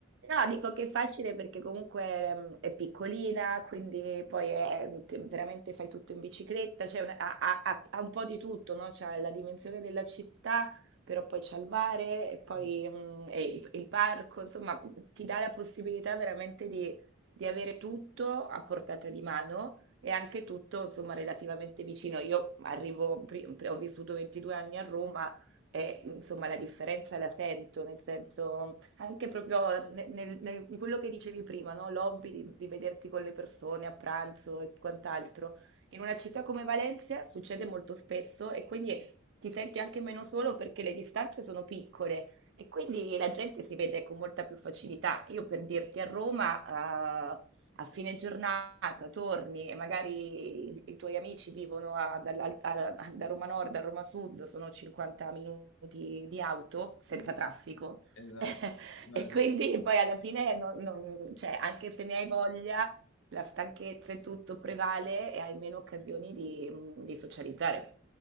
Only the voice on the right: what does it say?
No, dico che è facile perché comunque mm, è piccolina, quindi poi è, mhmm, te- veramente fai tutto in bicicletta, c'è una- ha, ha- ha- ha un po' di tutto, no? C'ha la dimensione della città, però poi c'è il mare e poi
mm, e il, il parco, insomma, ti dà la possibilità veramente di, di avere tutto a portata di mano e anche tutto, insomma, relativamente vicino. Io arrivo, pri- pri- ho vissuto 22 anni a Roma e, insomma, la differenza la sento, nel senso... Anche proprio ne- nel- nel- in quello che dicevi prima, no? L'hobby di, di vederti con le persone a pranzo e quant'altro. In una città come Valencia succede molto spesso e quindi ti senti anche meno solo perché le distanze sono piccole e quindi la gente si vede con molta più facilità. Io per dirti a Roma, eh, a fine giornata torni e magari i, i tuoi amici vivono a- dall'al- a- da Roma Nord a Roma Sud, sono 50 minuti di auto senza
traffico.
<laughs>
E
quindi poi alla fine non, non- cioè, anche se ne hai voglia, la stanchezza e tutto prevale e hai meno occasioni di, mm, di socializzare.